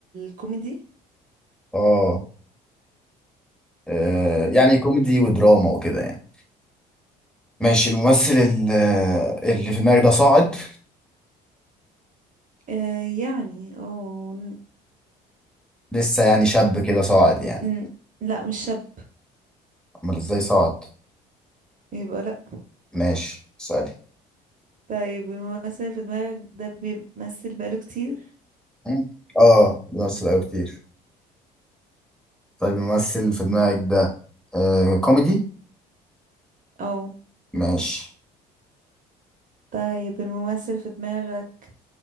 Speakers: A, on the right; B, in the centre.
A: كوميدي
B: اه آه، يعني
A: طيب
B: كوميدي ودراما وكده يعني ماشي الممثل ال- اللي في دماغك ده صاعد
A: أه يعني أو
B: لسه يعني شاب كده صاعد يعني
A: ن- لا مش شاب
B: امال ازاي صاعد
A: يبقى لا
B: ماشي اسألي
A: طيب الممثل في دماغك ده بيمثل بقاله كتير
B: مم. اه بيمثل أوي كتير طيب الممثل في دماغك ده آه كوميدي
A: أو
B: ماشي
A: طيب الممثل في دماغك